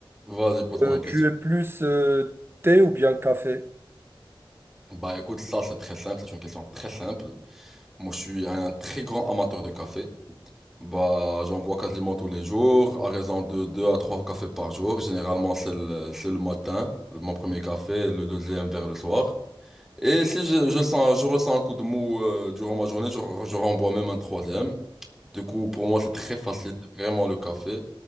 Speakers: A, in the centre; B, on the right.
A: Vas-y, pose-moi
B: Euh,
A: une question.
B: tu es plus euh, thé ou bien café?
A: Bah, écoute, ça, c'est très simple. C'est une question très simple. Moi, je suis un très grand amateur de café. Bah, j'en bois quasiment tous les jours, à raison de 2 à 3 cafés par jour. Généralement, c'est le, c'est le matin, le- mon premier café, le deuxième vers le soir. Et si je, je sens, je ressens un coup de mou euh, durant ma journée, je, re- je renvoie même un troisième. Du coup, pour moi, c'est très facile, c'est vraiment le café.